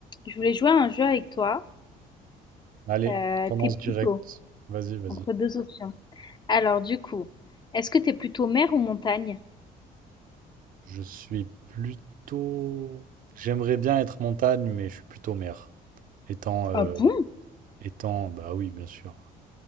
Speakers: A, on the left (about 25°); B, on the right (about 55°).
A: Je voulais jouer à un jeu avec toi.
B: Allez,
A: Euh,
B: commence
A: t'es plutôt
B: direct. Vas-y, vas-y.
A: entre deux options. Alors, du coup, est-ce que t'es plutôt mer ou montagne?
B: Je suis plutôt... J'aimerais bien être montagne, mais je suis plutôt mer. Étant, euh,
A: Ah bon?
B: étant, bah oui, bien sûr.